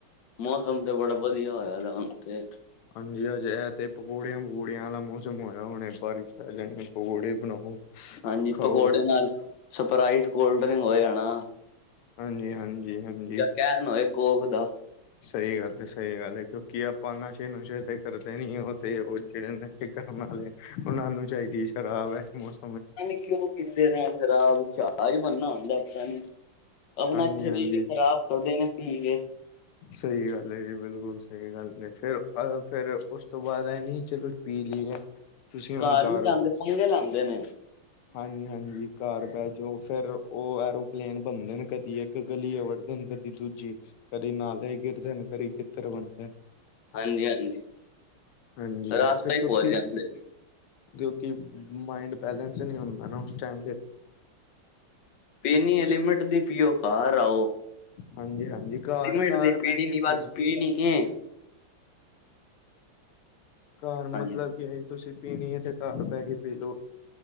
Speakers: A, on the left; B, on the left.
A: ਮੌਸਮ ਤੇ ਬੜਾ ਵਧੀਆ ਹੋਇਆ ਦਾ ਹੁਣ ਤੇ
B: ਹਾਂਜੀ ਅੱਜ ਇਹ ਤੇ ਪਕੌੜਿਆਂ-ਪਕੌੜਿਆਂ ਵਾਲਾ ਮੌਸਮ ਹੋਇਆ ਹੁਣੇ ਬਾਰਿਸ਼ ਆ ਜਾਣੀ ਪਕੌੜੇ ਬਣਾਓ।
A: ਹਾਂਜੀ
B: ਖਾਓ
A: ਪਕੌੜੇ ਨਾਲ ਸਪਰਾਈਟ ਕੋਲਡ ਡਰਿੰਕ ਹੋਏ ਹਨਾ।
B: ਹਾਂਜੀ-ਹਾਂਜੀ-ਹਾਂਜੀ
A: ਕੈਣ ਹੋਏ ਕੋਕ ਦਾ
B: ਸਈ ਗੱਲ ਏ ਸਈ ਗੱਲ ਏ ਕਿਉਂਕਿ ਆਪਾਂ ਨਸ਼ੇ ਨੁਸ਼ੇ ਤੇ ਕਰਦੇ ਨੀ ਓ ਤੇ ਓ ਜੇੜੇ ਨੇ। ਤੇ ਕਰਨ ਆਲੇ ਉਨਾਂ ਨੂੰ ਚਾਈਦੀ ਸ਼ਰਾਬ ਐਸ ਮੌਸ
A: ਪਤਾ ਨਈ ਕਿਉਂ ਪੀਂਦੇ ਨੇ ਸ਼ਰਾਬ ਜਾਜ ਬਣਨਾ ਹੁੰਦਾ ਪਤਾ ਨਈ। ਆਪਣਾ
B: ਹਾਂਜੀ
A: ਸਰੀਰ
B: ਹਾਂਜੀ
A: ਈ ਖ਼ਰਾਬ ਕਰਦੇ ਨੇ ਪੀ ਕੇ
B: ਸਈ ਗੱਲ ਏ ਜੀ ਬਿਲਕੁਲ ਸਈ ਗੱਲ ਏ ਫਿਰ ਅ ਫਿਰ ਉਸ ਤੋਂ ਬਾਦ ਐ ਨੀ ਚਲੋ। ਪੀ ਲੀ ਏ। ਤੁਸੀਂ ਹੁਨ
A: ਘਰ
B: ਘਾਰ
A: ਨੀ
B: ਹੋ
A: ਜਾਂਦੇ ਪੰਗੇ ਲਾਂਦੇ ਨੇ
B: ਹਾਂਜੀ-ਹਾਂਜੀ ਘਾਰ ਬੈ ਓ ਫਿਰ ਓ ਐਰੋਪਲੇਨ ਬਣਦੇ ਨੇ ਕਦੀ ਇੱਕ ਗਲੀ ਵੜਦੇ ਔਰ ਕਦੀ ਦੂਜੀ ਕਰੀ ਨਾਲ ਕਈ ਗਿਰਦੇ ਨੇ ਗਲੀ 'ਚ ਫਿਰ ਬਣਦੇ
A: ਹਾਂਜੀ ਹਾਂਜੀ
B: ਹਾਂਜੀ
A: ਰਾਸਤਾ
B: ਫਿਰ
A: ਹੀ
B: ਚੁੱਕ
A: ਭੁੱਲ
B: ਕੇ
A: ਜਾਂਦੇ ਨੇ
B: ਕਿਉਂਕਿ ਮਾਇੰਡ ਬੈਲੇੈਂਸ ਨਈ ਹੁੰਦਾ ਨਾ ਉਸ ਟਾਈਮ ਫਿਰ
A: ਪੀਨੀ ਐ ਲੀਮਿੰਟ ਦੀ ਪੀਓ ਘਾਰ ਆਓ।
B: ਹਾਂਜੀ-ਹਾਂਜੀ ਘਾਰ-ਘਾਰ
A: ਲਿਮਿਟ ਦੀ
B: ਬਹਿਕੇ
A: ਪੀਣੀ ਨੀ
B: ਪੀ
A: ਬਸ
B: ਲੋ।
A: ਪੀਣੀ ਏ
B: ਘਾਰ ਮਤਲਬ
A: ਹਾਂਜੀ
B: ਜੇ ਤੁਸੀ ਪੀਨੀ ਏ ਤੇ ਘਾਰ ਬੈ ਕੇ ਪੀ ਲੋ।